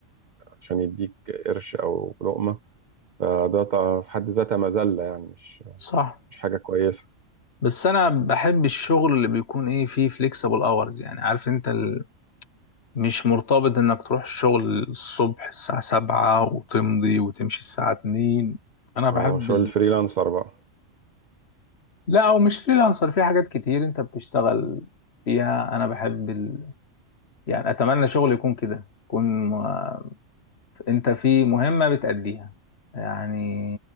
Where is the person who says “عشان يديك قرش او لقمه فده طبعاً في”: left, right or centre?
Right